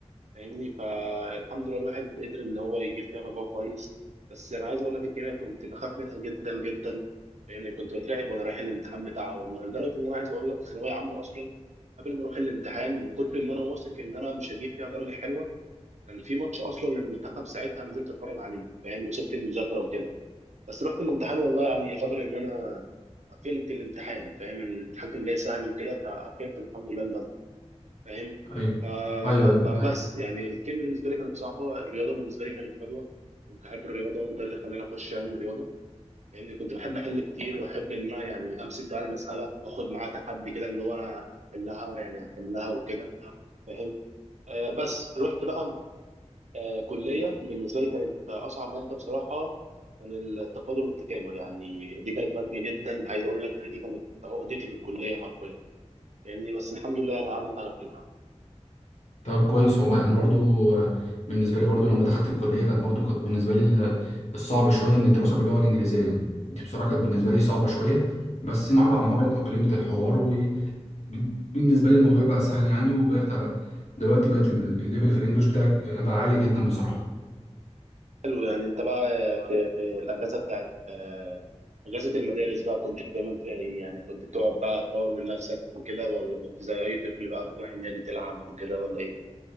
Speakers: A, on the right; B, on the left.
A: فاهمني فالحمد لله الواحد قدر إن هو يجيب فيها مجموع كويس بس أنا عايز أقول لك الكيمياء كنت بخاف منها جدا جدا لأن كنت بترعب وأنا رايح الامتحان بتاعها والله لدرجة إن أنا عايز أقول لك في ثانوية عامة أصلا قبل ما أروح الامتحان من كتر ما أنا واثق إن أنا مش هجيب فيها درجة حلوة كان في ماتش اصلا للمنتخب ساعتها نزلت اتفرج عليه فاهم وسبت المذاكره وكده بس رحت الامتحان والله يعني قدر ان انا قفلت الامتحان فاهم الامتحان كان جاي سهل وكده فقفلت الحمد لله الماده فاهم
B: ايوه
A: ف...
B: ايوه ايوه
A: فبس
B: فاهم.
A: يعني الكيمياء بالنسبه لي كانت صعبه الرياضه بالنسبه لي كانت حلوه كنت احب الرياضه وده اللي خلاني اخش علم الرياضه لان يعني كنت بحب احل كتير واحب ان انا يعني امسك بقى المساله واخد معاها تحدي كده اللي هو انا احلها يعني احلها وكده فاهم آه بس رحت بقى آه، كلية بالنسبة لي كانت أصعب مادة بصراحة كان التفاضل والتكامل يعني دي كانت مادة جدا عايز أقول لك دي كانت عقدتي في الكلية حرفيا يعني بس الحمد لله أنا عدت على خير
B: طب كويس والله انا برضو آه، بالنسبه لي برضو لما دخلت الكليه كانت برضو كانت بالنسبه لي ال- الصعب شويه ان الدراسه باللغه الانجليزيه يعني دي بصراحه كانت بالنسبه لي صعبه شويه بس مره على مره اتاقلمت الحوار وبالنسبه لي الموضوع بقى سهل يعني وبقيت آه، دلوقتي بقت ال- الليفل في الانجليش بتاعي بقى عالي جدا بصراحه
A: حلو يعني أنت بقى في, في الأجازة بتاعت آه، أجازة المدارس بقى كنت بتعمل فيها إيه يعني كنت بتقعد بقى تطور من نفسك وكده ولا كنت زي أي طفل بقى بتروح النادي تلعب وكده ولا إيه؟